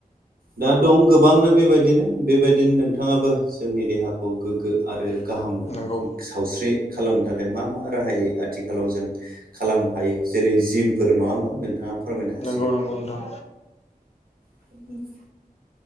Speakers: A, on the right; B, on the left.
A: दा दं गोबांनो बेबायदि बिदिनो बेबायदिनो नोंथाङाबो जोंनि देहाखौ गोग्गो आरो गाहामो
B: नंगौ
A: सावस्रि खालामनो थाखाय मा मा राहायै आथिखालाव जों खालामनो हायो जेरै जिमफोर नङा होमबा नोंथाङा फोरमायनो हासिगोन।
B: नंगौ नंगौ नोंथां
A: <unintelligible>